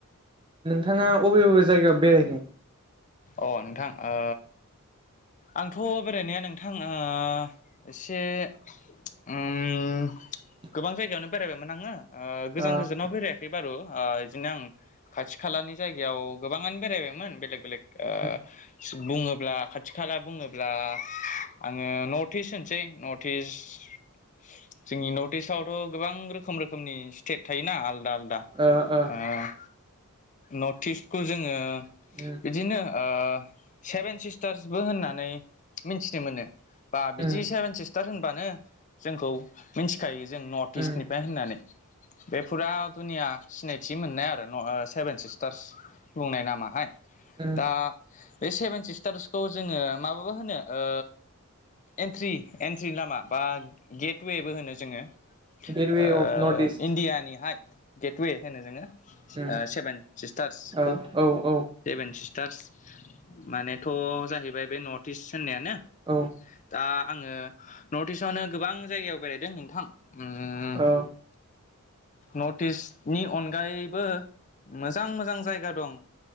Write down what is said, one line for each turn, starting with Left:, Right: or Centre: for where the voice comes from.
Right: नोंथाङा अबे अबे जायगायाव बेरायगोन?
Left: अ नोंथां आ आंथ' बेरायनाया नोंथां आ एसे
Right: <inaudible>
Left: उम गोबां जायगायावनो बेरायबायमोन आङो आ गोजान
Right: ओ
Left: गोजानाव बेरायाखै बारु आ बिदिनो आं खाथि खालानि जायगायाव गोबाङानो बेरायबायमोन बेलेग बेलेग ओ
Right: उम
Left: बुङोब्ला खाथि खाला बुङोब्ला आङो नर्ट इस्ट होनसै नर्ट इस्ट जोंनि नर्थ इस्टवथ' गोबां रोखोम रोखोमनि स्टेट थायोना आलदा आलदा आलदा
Right: ओ ओ
Left: आ नर्थ इस्टखौ जोङो
Right: उम
Left: बिदिनो ओ सेभेन सिस्टारसबो होननानै मिथिनो मोनो बा बिदि
Right: उम
Left: सेभेन सिस्टार होनबानो जोंखौ मिथिखायो। जों नर्थ
Right: उम
Left: इस्टनिफ्राय होननानै बे फुरा दुनिया सिनायथि मोननाय न'आरो सेभेन सिस्टार्स बुंनाय नामाहाय
Right: उम
Left: दा बे सेभेन सिस्टार्सखौ जोङो माबाबा होनो ओ एन्ट्रि एन्ट्रि लामा बा गेटवेबो होनो जोङो ओ
Right: गेटवे अफ नर्थ इस्ट
Left: इण्डियानिहाय गेटवे होनो जोङो। आ
Right: उम
Left: सेभेन सिस्टार्सखौ
Right: ओ औ औ
Left: सिस्टारस मानेथ' जाहैबाय बे नर्थ इस्ट होननायानो
Right: औ
Left: दा आङो नर्थ इस्टआवनो गोबां जायगायाव बेरायदों नोंथां उम
Right: औ
Left: नर्थ इस्टनि अनगायैबो मोजां मोजां जायगा दं